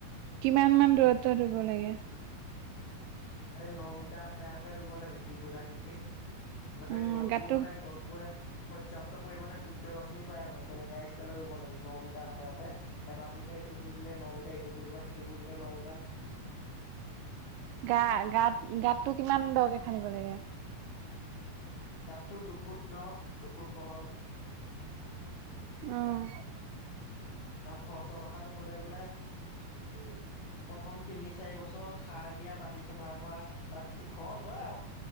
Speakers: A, on the right; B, on the left.
A: কিমান মান দূৰত্বত ৰুব লাগে?
B: এই ন মিটাৰৰ আঁতৰে আঁতৰে ৰুব লাগে ত্ৰিভুজ আকৃতিত। যাতে
A: উম
B: গছবোৰ
A: গাতটো
B: মানে গছবোৰে পৰ্যাপ্ত পৰিমাণে সূৰ্য ৰশ্মি পায় মানে তেনেকুৱা ষ্টাইলত ৰুব লাগে ন মিটাৰ আঁতৰে আঁতৰে। এটা পুলিপা ইটো পুলিলে ন মিটাৰ, ইটো পুলিবা সিটো পুলিলে ন মিটাৰ।
A: গা গাত গাতটো কিমান দকে খান্দিব লাগে?
B: গাতটো দুফুট দ, দুফুট বহল।
A: উম।
B: তেওঁ খৰচৰ কথা কবলে গ'লে
A: উম।
B: প্ৰথম তিনি, চাৰি বছৰত সাৰ দিয়া, মাটি চফা কৰা তাত কি খৰচ হয় আও।